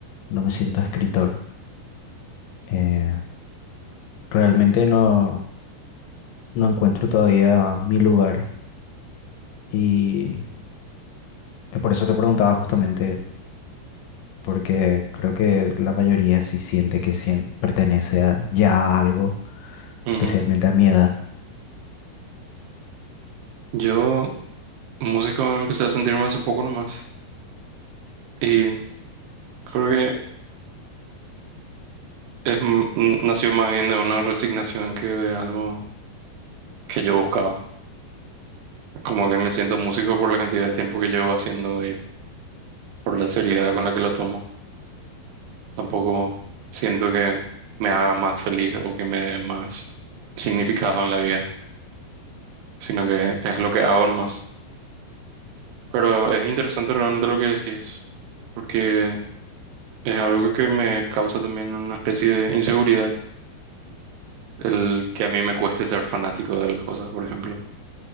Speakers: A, on the left; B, on the right.
A: no me siento escritor. Eh, realmente no, no encuentro todavía mi lugar y eh, por eso te preguntaba justamente porque creo que la mayoría sí siente que sien- pertenece a, ya a algo,
B: Ujú.
A: especialmente a mi edad.
B: Yo, músico, empecé a sentirme hace poco nomás. Y creo que es, m- n- nació más bien de una resignación que de algo que yo buscaba. Como que me siento músico por la cantidad de tiempo que llevo haciendo y por la seriedad con la que lo tomo. Tampoco siento que me haga más feliz o que me dé más significado en la vida, sino que es lo que hago nomás. Pero es interesante realmente lo que decís, porque es algo que me causa también una especie de inseguridad, el que a mí me cueste ser fanático de las cosas, por ejemplo.